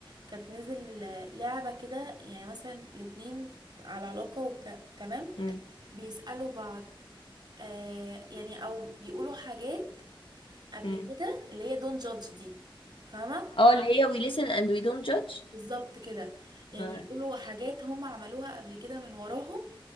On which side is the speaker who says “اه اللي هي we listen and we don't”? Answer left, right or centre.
Left